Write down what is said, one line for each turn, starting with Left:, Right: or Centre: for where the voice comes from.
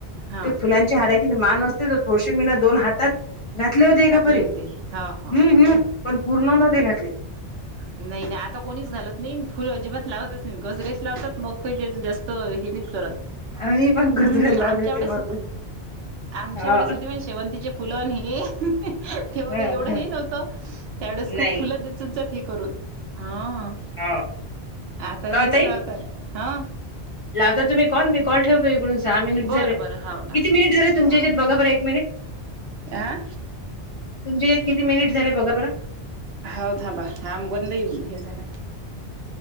Right: हां
Left: ते फुलांचे हारा कि मान असते तर थोडसे मी ना दोन हातात घातले होते का
Right: टाकले
Left: बरीे
Right: होते हो हो
Left: हम्म,
Right: हां
Left: हम् पण पूर्ण नव्हते
Right: हां
Left: घातले
Right: नाही नाही आता कोणीच घालत नाही फुल अजिबात लावतच नाही गजरेच लावतात मग काही ते जास्त हेनीत करत
Left: मी पण गजरे
Right: हम्म
Left: लावले
Right: आमच्या
Left: होते
Right: आवडेच
Left: मागून
Right: होत आमच्या
Left: हा
Right: वेळे सध पण शेवंतीचे फुलं ह तेवघ
Left: हा
Right: एवढं
Left: हा.
Right: ह नव्हतं त्या वेळेस
Left: नाही
Right: खूप फुलं देत ह करू हा
Left: हो
Right: आता
Left: का
Right: हेच
Left: ताई
Right: लावतात हा
Left: लावता तुम्ही कॉल मी कॉल ठेवतो इडून सहा मिनिट
Right: बरं
Left: झाले किती
Right: बरं हाव लावा.
Left: मिनिट झाले तुमच्या इच्यात बघार एक मिनिट
Right: आ
Left: तुमच्यात किती मिनिट झाले बघा बरं
Right: हा थांबा हब बंद येऊ हे झाला